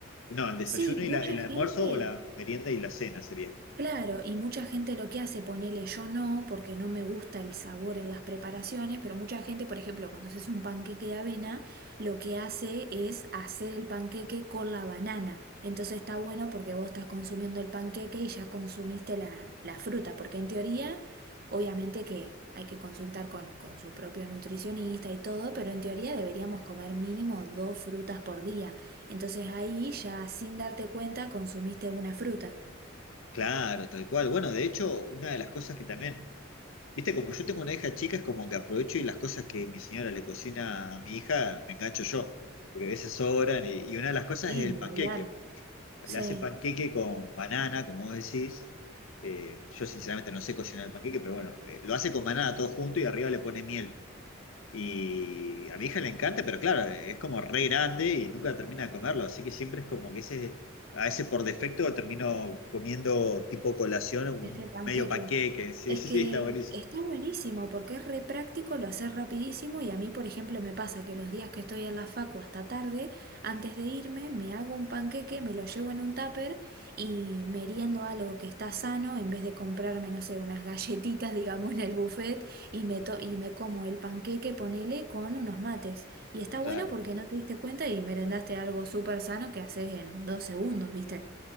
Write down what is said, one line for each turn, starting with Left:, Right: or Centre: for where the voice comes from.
Left: No, el desayuno
Right: Sí, mucha
Left: y la- el
Right: gente.
Left: almuerzo o la merienda y la cena sería.
Right: Claro, y mucha gente lo que hace, ponele yo no, porque no me gusta el sabor en las preparaciones, pero mucha gente, por ejemplo, cuando haces un panqueque de avena, lo que hace es hacer el panqueque con la banana. Entonces está bueno porque vos estás consumiendo el panqueque y ya consumiste la, la fruta, porque en teoría, obviamente que hay que consultar con, con su propio nutricionista y todo, pero en teoría deberíamos comer mínimo dos frutas por día. Entonces ahí ya sin darte cuenta consumiste una fruta.
Left: Claro, tal cual. Bueno, de hecho, una de las cosas que también Viste, como yo tengo una hija chica, es como que aprovecho y las cosas que mi señora le cocina a mi hija, me engancho yo, porque a veces sobran. Y, y una de las cosas
Right: Sí,
Left: es el
Right: ni
Left: panqueque.
Right: hablar.
Left: Le
Right: Sí,
Left: hace panqueque con banana, como vos decís. Eh, yo sinceramente no sé cocinar el panqueque, pero bueno, eh, lo hace con banana todo junto y arriba le pone miel. Y a mi hija le encanta, pero claro, es como re grande y nunca termina de comerlo. Así que siempre es como que ese, a ese por defecto termino comiendo tipo colación un
Right: ese panqueque.
Left: medio panqueque. <laughs> Sí,
Right: Es
Left: sí,
Right: que
Left: está buenísimo.
Right: está buenísimo porque es re práctico, lo haces rapidísimo y a mí, por ejemplo, me pasa que los días que estoy en la facu hasta tarde, antes de irme, me hago un panqueque, me lo llevo en un tupper y meriendo algo que está sano en vez de comprarme, no sé, unas galletitas, <laughs> digamos, en el buffet y me, to- y me como el panqueque, ponele, con unos mates. Y está bueno
Left: Claro.
Right: porque no te diste cuenta y merendaste algo súper sano que haces en dos segundos, ¿viste?